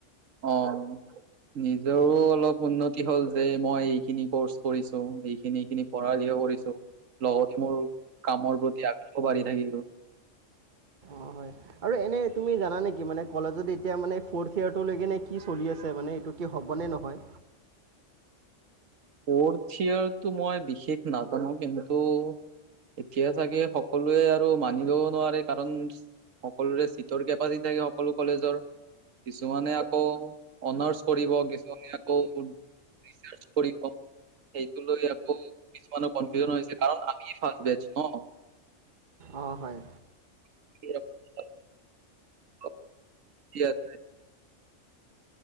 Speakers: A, on the right (about 85°); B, on the right (about 40°).
A: অ নিজৰো অলপ উন্নতি হ'ল যে মই এইখিনি কৰ্চ কৰিছো এইখিনি এইখিনি পঢ়া কিলিয়াৰ কৰিছো লগতে মোৰ কামৰ প্ৰতি আগ্ৰহ বাঢ়ি থাকিব
B: অ হয় আৰু এনে তুমি জানা নেকি মানে <unintelligible> এতিয়া কি চলি আছে <unintelligible> হ'ব নে নহয়
A: ফৰ্থ ইয়ৰটো মই বিশেষ নাজানো কিন্তু এতিয়া চাগে সকলোৱে আৰু মানি লও নোৱাৰে কাৰণ সকলোৰে চিটৰ কেপাচিটি থাকে সকলো কলেজৰ কিছুমানে আকৌ অনাৰ্চ কৰিব কিছুমানে আকৌ ৰিচাৰ কৰিব সেইটো ল আকৌ কিছুমান কনফিউজন হৈছে কাৰণ আমি ফাৰ বেচ ন
B: অঁ হয়
A: <inaudible> <inaudible> ই‌য়াতে